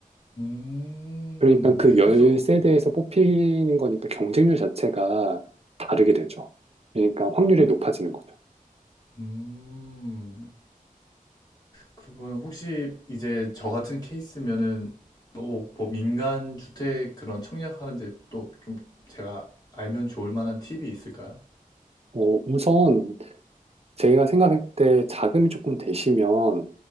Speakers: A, on the left; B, on the right.
A: 음,
B: 그러니까 그
A: 그래서.
B: 10세대에서 뽑히는 거니까 경쟁률 자체가 다르게 되죠. 그러니까 확률이 높아지는 거죠.
A: 음, 그러면 혹시 이제 저 같은 케이스면은 뭐, 뭐 민간 주택 그런 청약하는데 또 좀 제가 알면 좋을 만한 팁이 있을까요?
B: 어, 우선 제가 생각할 때 자금이 조금 되시면